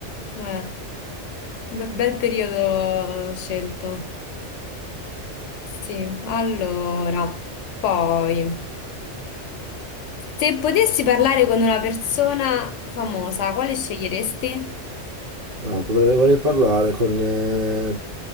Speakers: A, on the left; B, on the right.
A: Eh, be- bel periodo scelto. Sì, allora, poi, se potessi parlare con una persona famosa, quale sceglieresti?
B: No, potrei, vorrei parlare con... eh,